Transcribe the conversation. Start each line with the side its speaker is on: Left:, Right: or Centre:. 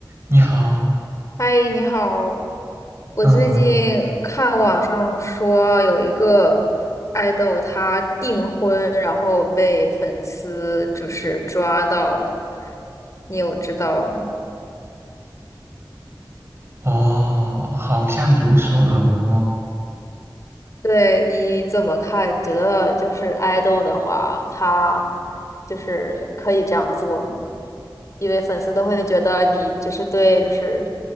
Right: 你好，
Left: 嗨，你好。我最近看网上说有一个爱豆他订婚，
Right: 嗯，
Left: 然后被粉丝就是抓到，你有知道吗？
Right: 我好像有所耳闻哦。
Left: 对，你怎么看？你觉得就是爱豆的话，他就是可以这样做吗？因为粉丝都会觉得你就是对，就是